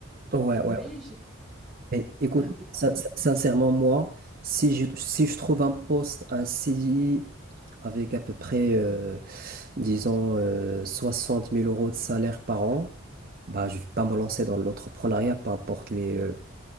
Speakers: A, on the right (about 45°); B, in the centre.
A: Ouais,
B: Mais
A: ouais.
B: j'ai-
A: Mais écoute,
B: enfin,
A: sin- sin- sincèrement, moi, si je, si je trouve un poste, un CDI avec à peu près disons, euh, 60 000 euros de salaire par an, bah, je ne vais pas me lancer dans l'entrepreneuriat, peu importe les, euh,